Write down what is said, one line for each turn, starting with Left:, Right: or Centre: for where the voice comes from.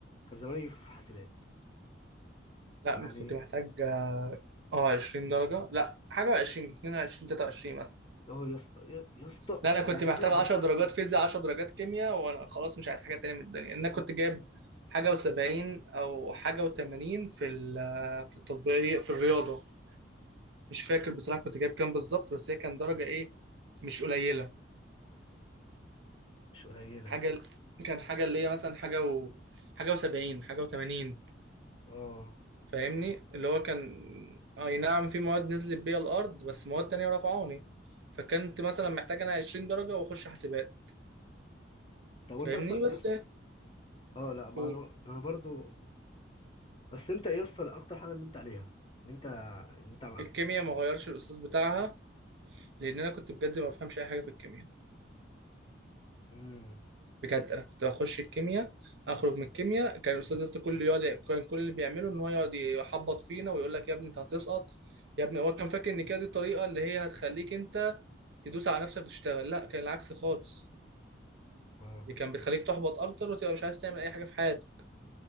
Left: كان زماني في حاسبات
Right: لا
Left: يعني
Right: انت كنت محتاج اه 20 درجه لا حاجه 20 22 23 مثلا
Left: اه يا اسطى يا يا اسطى
Right: لا انا كنت
Left: يعني
Right: محتاج
Left: انا
Right: 10
Left: حرفيا
Right: درجات فيزياء 10 درجات كيمياء وانا خلاص مش عايز حاجه تانية من الدنيا انا كنت
Left: آه،
Right: جايب حاجه و70 او حاجه و80 في ال- في التطبيقيه في الرياضه مش فاكر بصراحه كنت جايب كام بالظبط بس هي كان درجه ايه مش قليله
Left: مش قليله
Right: حاجه كان حاجه اللي هي مثلا حاجه و حاجه و70 حاجه و80
Left: اه
Right: فاهمني اللي هو كان اي نعم في مواد نزلت بيها الارض بس مواد تانية رفعوني فكنت مثلا محتاج انا 20 درجه واخش حاسبات
Left: طب وانت
Right: فاهمني
Left: اصلا
Right: بس
Left: يا اسطى اه لا ما
Right: ايه
Left: انا ده انا برضو بس انت إيه يا اسطى اكتر حاجه نمت عليها ان انت ان انت مع
Right: الكيمياء ما غيرش الاستاذ بتاعها لان انا كنت بجد ما بفهمش اي حاجه في الكيمياء
Left: امم
Right: بجد انا كنت بخش الكيمياء اخرج من الكيمياء كان الاستاذ يسطا كله يقعد كان كل اللي بيعمله ان هو يقعد يحبط فينا ويقول لك يا ابني انت هتسقط يا ابني هو كان فاكر ان كده دي الطريقه اللي هي هتخليك انت تدوس على نفسك وتشتغل لا كان العكس خالص
Left: اه
Right: دي كان بتخليك تحبط اكتر وتبقى مش عايز تعمل اي حاجه في حياتك